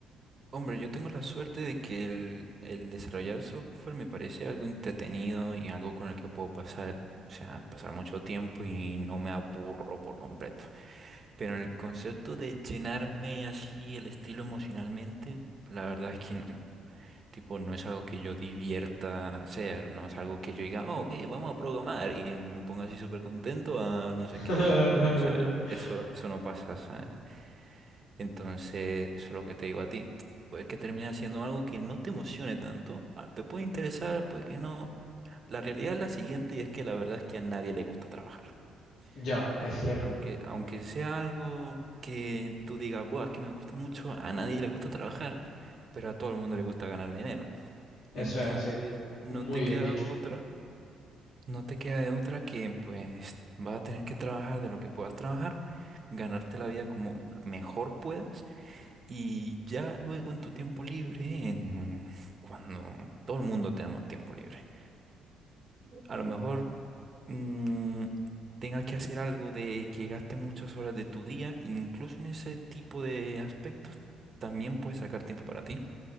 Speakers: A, on the right (about 45°); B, on the left (about 70°).
A: Hombre, yo tengo la suerte de que el, el desarrollar software me parece algo entretenido y algo con el que puedo pasar, o sea, pasar mucho tiempo y no me aburro por completo. Pero en el concepto de llenarme así el estilo emocionalmente, la verdad es que no. Tipo, no es algo que yo divierta hacer, no es algo que yo diga, oh, ok, vamos a programar y me ponga así súper contento a no
B: <laughs>
A: sé qué. No, o sea, eso, eso no pasa, ¿sabes? Entonces, eso es lo que te digo a ti. Puede que termine haciendo algo que no te emocione tanto, ah, te puede interesar, puede que no. La realidad es la siguiente y es que la verdad es que a nadie le gusta trabajar.
B: Ya,
A: Ah,
B: es cierto.
A: Aunque, aunque sea algo que tú digas, Buah, es que me gusta mucho, a nadie le gusta trabajar, pero a todo el mundo le gusta ganar dinero.
B: Eso
A: Entonces,
B: es así.
A: no
B: Muy
A: te
B: bien
A: queda
B: dicho.
A: otra, no te queda de otra que pues vas a tener que trabajar de lo que puedas trabajar, ganarte la vida como mejor puedas y ya luego en tu tiempo libre, en- cuando todo el mundo tenemos tiempo libre, a lo mejor mm, tengas que hacer algo de que gaste muchas horas de tu día, incluso en ese tipo de aspectos también puedes sacar tiempo para ti.